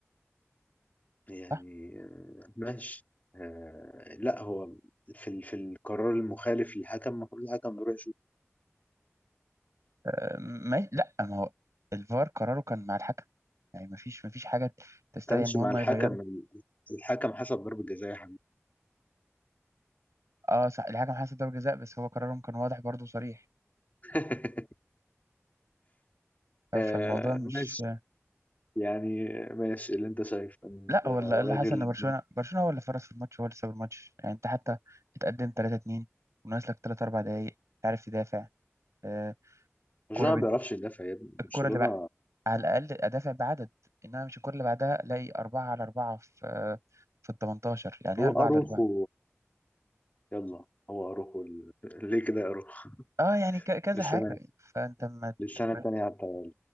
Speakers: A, on the left; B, on the right.
A: يعني
B: صح
A: آه، ماشي آه لا هو في ال- في القرار المخالف للحكم المفروض الحكم يروح يشوف
B: آه، ما لا ما هو الفار قراره كان مع الحكم يعني ما فيش ما فيش حاجة تستدعي
A: ما كانش
B: ان هم
A: مع الحكم
B: يغيروا
A: الحكم حسب ضربة جزاء يا حبيبي
B: اه صح الحكم حسب ضربة جزاء بس هو قرارهم كان واضح برضه وصريح
A: <laughs>
B: ف-
A: آه
B: فالموضوع مش
A: ماشي يعني ماشي اللي انت شايف انت
B: لا هو اللي اللي
A: راجل
B: حصل ان برشلونة برشلونة هو اللي فرص في الماتش هو اللي ساب الماتش يعني انت حتى اتقدم 3-2 وناقص لك 3 4 دقايق عارف تدافع آه،
A: برشلونة
B: كرة بت...
A: ما بيعرفش يدافع يا ابني
B: الكرة
A: برشلونة
B: اللي على الأقل أدافع بعدد إنما مش الكرة اللي بعدها ألاقي أربعة على أربعة في في ال 18 يعني
A: هو
B: إيه أربعة
A: اروخو
B: على أربعة؟
A: يلا هو اروخو ال- ليه كده يا اروخو
B: أه يعني ك- كذا
A: للسنة
B: حاجة يعني. فأنت ما
A: للسنة
B: ت- ما
A: التانية حتى